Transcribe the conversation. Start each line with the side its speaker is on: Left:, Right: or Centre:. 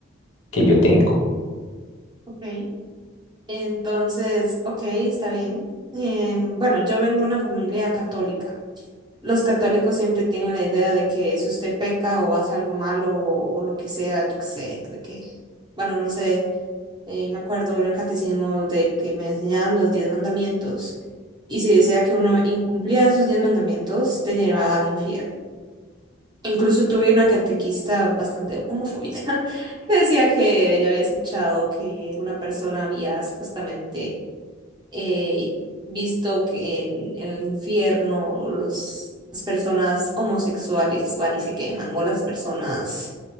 Left: que yo tengo.
Right: ok. Entonces, ok, está bien. Em, bueno, yo vengo de una familia católica. Los católicos siempre tienen la idea de que si usted peca o hace algo malo o, o lo que sea, yo qué sé, de que, bueno, no sé, eh, me acuerdo en el catecismo de que me enseñaban los diez mandamientos y si decía que uno incumplía esos diez mandamientos, te llevaba al infierno. Incluso tuve una catequista bastante homofóbica <laughs> que decía que ella había escuchado que una persona había supuestamente eh, visto que en, en el infierno los, las personas homosexuales van y se queman, o las personas